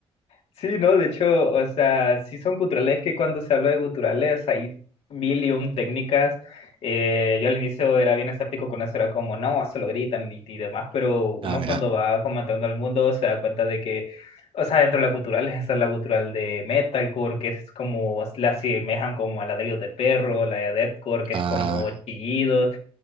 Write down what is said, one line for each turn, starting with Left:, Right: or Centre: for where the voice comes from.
Left: Sí, no, de hecho, o sea, sí son guturales es que cuando se habla de guturales hay mil y un técnicas. Eh, yo al inicio era bien escéptico con eso, era como, no, se lo gritan y, y demás, pero uno
Right: Ah, mirá.
Left: cuando va comentando al mundo se da cuenta de que, o sea, dentro de la gutural esa es la gutural de metalcore, que es como, la asemejan como a ladrillos de perro, la de deathcore, que
Right: Ah.
Left: es como chillidos.